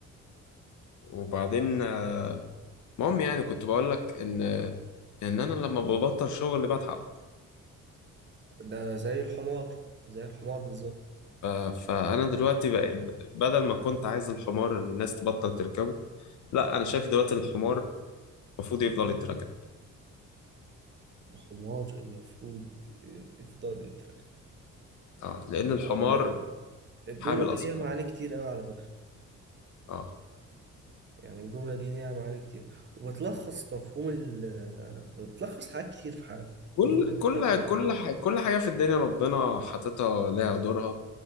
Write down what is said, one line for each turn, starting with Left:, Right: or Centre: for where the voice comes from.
Left: وبعدين آه، المهم يعني كنت بقول لك ان ان انا لما ببطل شغل بتعب
Right: ده زي الحمار زي الحمار بالظبط
Left: ف- فانا دلوقتي بق- بدل ما كنت عايز الحمار الناس تبطل تركبه لا انا شايف دلوقتي الحمار المفروض يفضل يتركب
Right: الحمار المفروض يفضل يترقى
Left: اه لان الحمار
Right: ال- الجملة
Left: حامل
Right: دي
Left: اسكار
Right: ليها معاني كتير قوي على فكرة
Left: اه
Right: يعني الجملة دي ليها معاني كتير وبتلخص مفهوم ال بتلخص حاجات كتير في حياتنا
Left: كل
Right: الجملة اللي
Left: كل
Right: انت قلتها دي
Left: كل ح- كل حاجه في الدنيا ربنا حاططها لها دورها